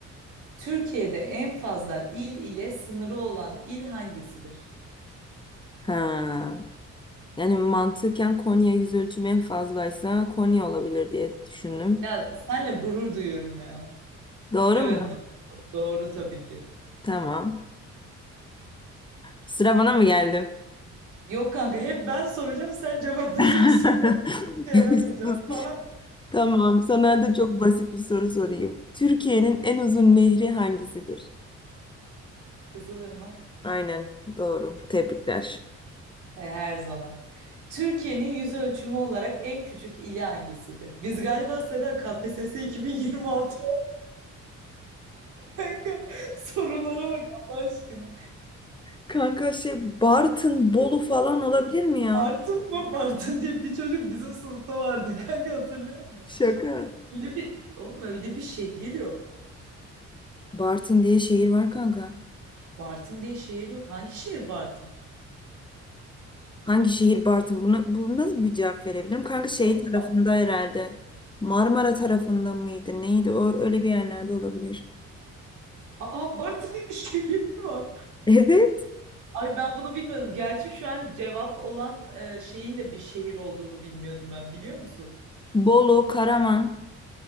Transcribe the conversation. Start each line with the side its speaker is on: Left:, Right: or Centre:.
Right: Türkiye'de en fazla il ile sınırı olan il hangisidir?
Left: Ha, yani mantıken Konya yüz ölçümü en fazlaysa Konya olabilir diye düşündüm.
Right: Ya senle gurur duyuyorum ya.
Left: Doğru
Right: Evet
Left: mu?
Right: do- doğru tabii ki.
Left: Tamam. Sıra bana mı geldi?
Right: Yok kanka hep ben soracağım sen cevaplayacaksın.
Left: <laughs>
Right: <laughs> Yaramayacağım
Left: Sus.
Right: falan.
Left: Tamam sana da çok basit bir soru sorayım. Türkiye'nin en uzun nehri hangisidir?
Right: Kızılırmak.
Left: Aynen doğru. Tebrikler.
Right: E, her zaman. Türkiye'nin yüz ölçümü olarak en küçük ili hangisidir? Biz galiba Seda KPSS 2026 kanka. <laughs> Sorulara bak Allah aşkına.
Left: Kanka şey Bartın, Bolu falan olabilir mi ya?
Right: Bartın mı? Bartın diye bir çocuk bizim sınıfta vardı kanka hatırlıyor musun?
Left: Şaka.
Right: Öyle bir, oğlum öyle bir şehir yok.
Left: Bartın diye şehir var kanka.
Right: Bartın diye şehir yok. Hangi şehir Bartın?
Left: Hangi şehir Bartın? Buna, bu nasıl bir cevap verebilirim? Kanka şey
Right: Aa,
Left: tarafında herhalde. Marmara tarafında mıydı? Neydi? O, öyle bir yerlerde olabilir.
Right: aa, Bartın diye <laughs> şehir var.
Left: <laughs> Evet.
Right: Ay ben bunu bilmiyordum. Gerçi şu an cevap olan e, şeyin de bir şehir olduğunu bilmiyordum ben biliyor musun?
Left: Bolu, Karaman.